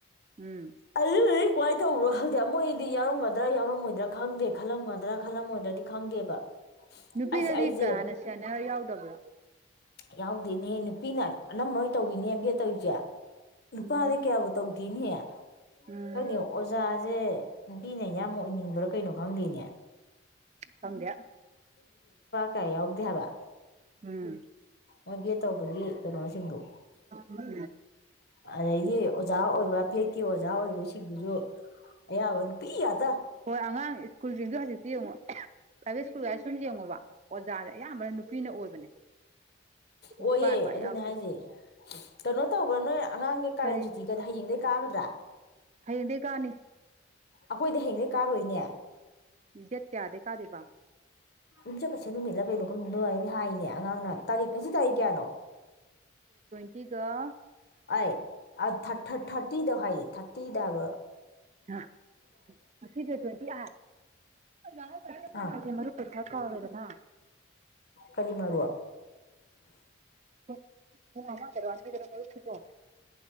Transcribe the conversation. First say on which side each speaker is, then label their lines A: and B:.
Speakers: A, on the right (about 35°); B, on the left (about 50°).
A: ꯎꯝ
B: ꯑꯗꯨꯅꯅꯤ ꯀꯃꯥꯏꯅ ꯇꯧꯕꯔꯣ ꯈꯪꯗꯦ ꯃꯣꯏꯗꯤ ꯌꯥꯎꯔꯝꯒꯗ꯭ꯔꯥ ꯌꯥꯎꯔꯝꯃꯣꯏꯗ꯭ꯔꯥ ꯈꯪꯗꯦ ꯈꯜꯂꯝꯒꯗ꯭ꯔꯥ ꯈꯜꯂꯝꯃꯣꯏꯗ꯭ꯔꯗꯤ ꯈꯪꯗꯦꯕ
A: ꯅꯨꯄꯤꯗꯗꯤ
B: ꯑꯁ ꯑꯩꯁꯦ
A: ꯀꯥꯅ ꯁꯦꯅꯤꯌꯔ ꯌꯥꯎꯗꯕ꯭ꯔꯣ
B: ꯌꯥꯎꯗꯦꯅꯦꯍꯦ ꯅꯨꯄꯤꯅ ꯑꯅꯝꯕ ꯂꯣꯏ ꯇꯧꯋꯤꯅꯦ ꯕꯦꯠ ꯇꯧꯋꯤꯖꯦ ꯅꯨꯄꯥꯗꯤ
A: ꯎꯝ
B: ꯀꯌꯥꯕꯨ ꯇꯧ ꯗꯤꯅꯦ
A: ꯎꯝ
B: ꯀꯩꯅꯤ ꯑꯣꯖꯥꯁꯦ ꯅꯨꯄꯤꯅ ꯑꯌꯥꯝ ꯑꯣꯏꯅꯤꯡ ꯭ꯕꯔ ꯀꯩꯅꯣ ꯈꯪꯗꯦꯅꯦ
A: ꯈꯪꯗꯦ
B: ꯀꯥꯌꯥꯎꯗꯦ ꯍꯥꯏꯕ
A: ꯎꯝ
B: ꯃꯣꯏ ꯕꯦꯠ ꯇꯧꯕꯒꯤ ꯀꯩꯅꯣꯁꯤꯡꯗꯣ
A: ꯎꯝ
B: ꯑꯗꯩꯒꯤ ꯑꯣꯖꯥ ꯑꯣꯏꯕ ꯇꯦꯛꯀꯤ ꯑꯣꯖꯥ ꯑꯣꯏꯕꯁꯤꯡꯗꯨꯁꯨ ꯑꯌꯥꯕ ꯄꯤ ꯑꯗ
A: ꯍꯣꯏ ꯑꯉꯥꯡ ꯁ꯭ꯀꯨꯜꯁꯤꯡꯁꯨ ꯍꯧꯖꯤꯛꯇꯤ ꯌꯦꯡꯉꯣ ꯄ꯭ꯔꯥꯏꯚꯦꯠ ꯁ꯭ꯀꯨꯜꯒꯁꯦ ꯁꯨꯝ ꯌꯦꯡꯉꯣꯕ ꯑꯣꯖꯥꯁꯦ ꯑꯌꯥꯝꯕꯅ ꯅꯨꯄꯤꯅ ꯑꯣꯏꯕꯅꯦ ꯅꯨꯄꯥ
B: ꯑꯣꯏꯌꯦ
A: ꯄꯥꯛ
B: ꯑꯗꯨꯅꯦ
A: ꯌꯥꯎꯗꯦ
B: ꯍꯥꯏꯁꯦ ꯀꯩꯅꯣ ꯇꯧꯕ ꯅꯣꯏ ꯑꯉꯥꯡꯒꯤ ꯀꯥꯂꯦꯟ
A: ꯀꯔꯤ
B: ꯁꯨꯇꯤꯒ ꯍꯌꯦꯡꯗꯩ ꯀꯥꯒꯗ꯭ꯔꯥ
A: ꯍꯌꯦꯡꯗꯩ ꯀꯥꯅꯤ
B: ꯑꯈꯣꯏꯗꯤ ꯍꯌꯦꯡꯗꯩ ꯀꯥꯔꯣꯏꯅꯦ
A: ꯗꯦꯠ ꯀꯌꯥꯗꯩ ꯀꯥꯗꯨꯏꯕ
B: ꯌꯨꯝꯖꯥꯀꯩꯁꯥ ꯅꯨꯃꯤꯠꯂ ꯀꯩꯅꯣ ꯈꯪ ꯂꯨꯉꯥꯏꯅꯤ ꯍꯥꯏꯅꯦ ꯑꯉꯥꯡꯅ ꯇꯥꯔꯤꯛ ꯉꯁꯤ ꯇꯥꯔꯤꯛ ꯀꯌꯥꯅꯣ
A: ꯁꯤꯒ
B: ꯑꯩꯏꯠ ꯊ ꯊꯥꯔꯇꯤꯗ ꯍꯥꯏꯌꯦ ꯊꯥꯔꯇꯤꯗꯕ
A: ꯑ ꯉꯁꯤ ꯗꯦꯠ ꯇꯨꯏꯟꯇꯤ ꯑꯥꯏꯠ <unintelligible>
B: ꯑꯥ
A: ꯃꯔꯨꯞ ꯄꯩꯁꯥ ꯀꯥꯎꯔꯦꯗꯅ
B: ꯀꯔꯤ ꯃꯔꯨꯞ
A: <unintelligible> <inaudible>